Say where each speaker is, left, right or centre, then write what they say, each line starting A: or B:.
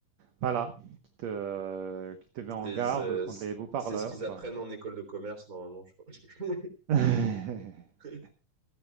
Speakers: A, on the right (about 60°); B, on the right (about 25°).
A: Voilà, qui te, euh, qui te met en
B: C'est
A: garde
B: c'est-
A: contre les beaux-parleurs,
B: c'est ce qu'ils apprennent
A: quoi.
B: en école de commerce normalement, je crois.
A: <laughs>
B: <laughs>